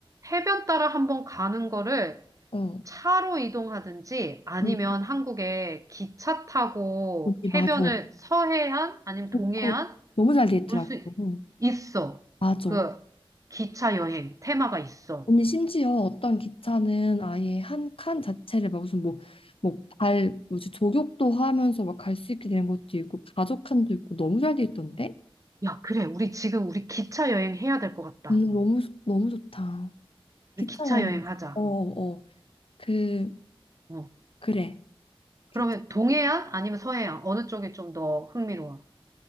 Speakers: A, on the right; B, on the left.
A: 해변 따라 한번 가는 거를
B: 어,
A: 차로 이동하든지 아니면
B: 응,
A: 한국에 기차 타고
B: 언니 맞아.
A: 해변을
B: 어,
A: 서해안 아니면 동해안
B: 그거 너무 잘 돼 있더라고.
A: 볼 수
B: 어,
A: 있어.
B: 맞아.
A: 그 기차 여행 테마가 있어.
B: 언니 심지어 어떤 기차는 아예 한칸 자체를 막 무슨 뭐 뭐 발 뭐지 조격도 하면서 막 갈 수 있게 되는 것도 있고 바둑칸도 있고 너무 잘 돼 있던데?
A: 야, 그래. 우리 지금 우리 기차 여행 해야 될 것 같다.
B: 음, 너무 좋- 너무 좋다. 기차
A: 우리 기차
B: 여행
A: 여행
B: 가자.
A: 하자.
B: 어, 어. 어. 그
A: 어.
B: 그래.
A: 그러면
B: 기차.
A: 동해안 아니면 서해안 어느 쪽이 좀 더 흥미로워?